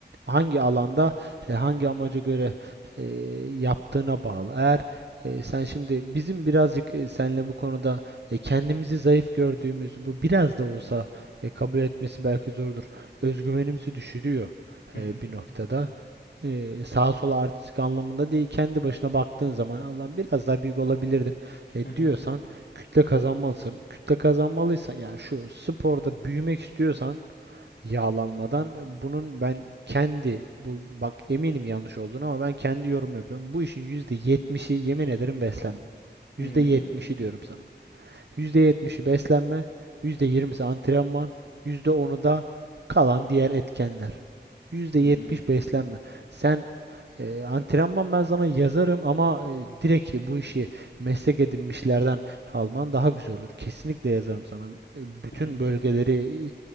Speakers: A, on the right; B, on the left.
A: hangi alanda e, hangi amaca göre e, yaptığına bağlı. Eğer e, sen şimdi bizim birazcık e, seninle bu konuda e, kendimizi zayıf gördüğümüz bu biraz da olsa e, kabul etmesi belki zordur. Özgüvenimizi düşürüyor
B: Hı
A: e,
B: hı,
A: bir noktada e, sağa sola artistik anlamında değil kendi başına baktığın zaman Allah'ım biraz daha büyük olabilirdim e,
B: hı hı,
A: diyorsan kütle kazanmalısın. Kütle kazanmalıysan yani şu sporda büyümek istiyorsan yağlanmadan e, bunun ben kendi bu bak eminim yanlış olduğunu ama ben kendi yorum yapıyorum. Bu işin yüzde yetmişi yemin ederim beslenme. yüzde
B: hmm,
A: yetmişi diyorum sana. yüzde yetmişi beslenme, %20'si antrenman, yüzde onu da kalan diğer etkenler. yüzde
B: hmm,
A: yetmiş beslenme. Sen e, antrenman ben sana yazarım ama e, direkt bu işi meslek edinmişlerden alman daha güzel olur. Kesinlikle yazarım sana. E, Bütün
B: hı hı.
A: bölgeleri